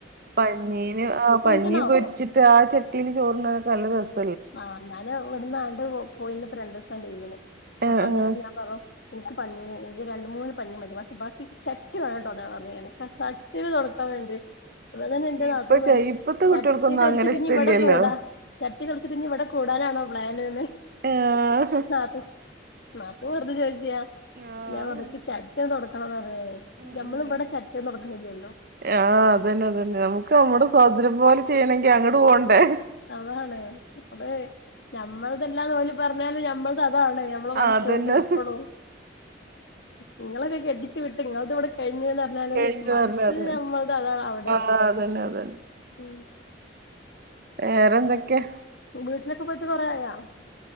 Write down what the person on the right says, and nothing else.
പഞ്ഞീന് ആ പഞ്ഞി
പൊരിച്ചിട്ട് ആ ചട്ടീല് ചോറിനൊക്കെ നല്ല രസ.
ആഹ്
ആഹ്
ഇപ്പൊ
ചെയ് ഇപ്പത്തെ
കുട്ടികൾക്കൊന്നും
അങ്ങനെ ഇഷ്ടല്ലല്ലോ
ആഹ്
ആഹ്
ഉം
ആഹ്. അതന്നെ അതന്നെ നമക്ക് നമ്മുടെ സ്വാതന്ത്ര്യം പോലെ ചെയ്യണമെങ്കി അങ്ങോട്ട് പോകണ്ടേ,
അതന്നെ
കഴിഞ്ഞു
പറഞ്ഞ അതന്നെ
ആഹ് തന്നെ അതന്നെ.
വേറെന്തൊക്കെയാ?